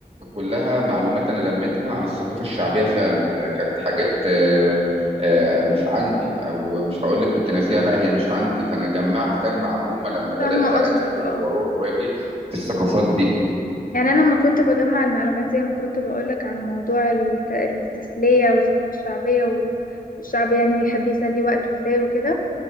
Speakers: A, on the right; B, on the left.
A: كلها معلومات أنا لميتها عن الثقافة الشعبية فعلا كانت حاجات آه، آه، مش عندي أو مش هقول لك كنت ناسيها لا هي مش عندي فأنا جمعت كام معلومة لما بدأت
B: فاهمة
A: أنزل
B: قصدك اه
A: وأروح وأجي في الثقافات دي
B: يعني أنا لما كنت بجمع المعلومات زي ما كنت بقولك عن موضوع الت- التسلية والثقافة الشعبية و- والشعب يعني بيحب يسلي وقته ازاي وكده